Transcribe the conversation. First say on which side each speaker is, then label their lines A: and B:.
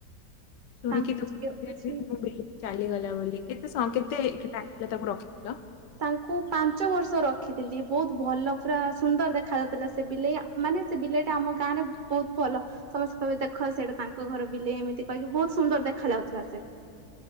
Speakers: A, on the left (about 80°); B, on the right (about 50°).
A: ଶୁଣିକି
B: ତାଙ୍କ
A: ଦୁଃଖ ଲାଗ
B: ଅଛି
A: ବିଲେଇ ଚାଲିଗଲା ବୋଲି କେ କେତେ ସ କେତେ ତାକୁ ରଖିଥିଲ।
B: ତାଙ୍କୁ ପାଞ୍ଚ ବର୍ଷ ରଖିଥିଲି ବହୁତ ଭଲ ପୁରା ସୁନ୍ଦର ଦେଖା ଯାଉଥିଲା ସେ ବିଲେଇ ମାନେ। ସେ ବିଲେଇ ଟା ଆମ ଗାଁରେ ବହୁତ ଭଲ ସମସ୍ତେ କହିବେ ଦେଖ ସେଇଟା ତାଙ୍କ ଘର ବିଲେଇ ଏମିତି କହିକି ବହୁତ ସୁନ୍ଦର ଦେଖା ଯାଉଥିଲା ସେ।